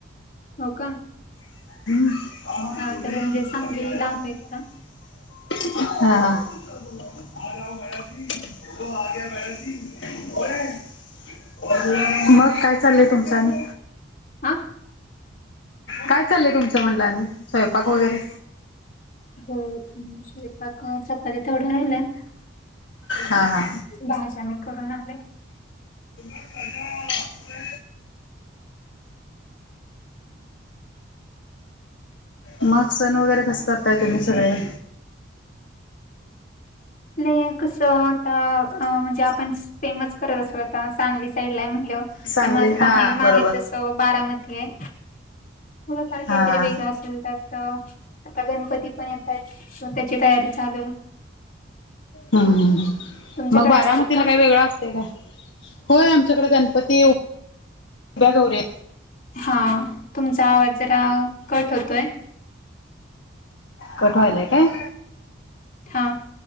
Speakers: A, on the left; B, on the left.
A: हो का.
B: ह
A: अ जरा म्हणजे
B: <inaudible>
A: सांगली लांब आहे जरा
B: हा. <unintelligible> मग काय चाललंय तुमचं आणि.
A: हा.
B: काय चाललंय तुमचं म्हणलं आणि, स्वयंपाक वगैरे
A: हो हम्म, स्वयंपाक अ, चपात्या तेवढ्या राहिल्यात
B: हा हा.
A: भाज्या मी करून आले.
B: ह <inaudible> मग सण वगैरे कसं करताय तुम्ही सगळे.
A: ले कस आता म्हणजे आपण फेमस करत असलो आता सांगली साईड ला म्हणल.
B: सांगली
A: पण माझं
B: हा
A: बाहे
B: बरोबर
A: माहेर तस बारामती आहे, थोडफार काहीतरी
B: हा हा
A: वेगळं असत. लतात आता गणपती पण येतात. त्याची तयारी चालू
B: हम्म ह
A: तुमच्याकडे
B: मग बारामतीला
A: असतात का?
B: काही वेगळां असत का. होय आमच्याकडे गणपती उभ्या गौऱ
A: हा तुमचा आवाज जरा कट होतोय.
B: कट वा्हायलाय काय.
A: हा.